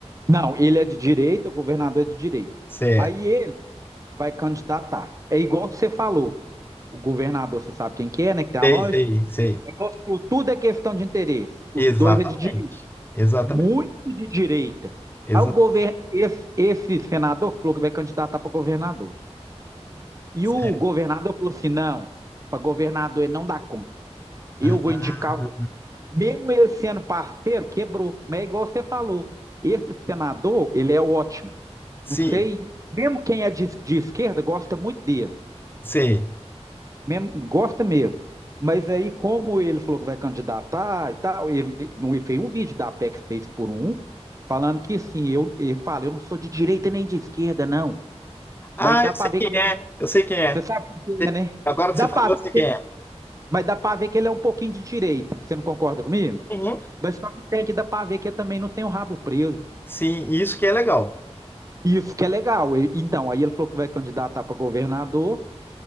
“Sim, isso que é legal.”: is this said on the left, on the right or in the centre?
Left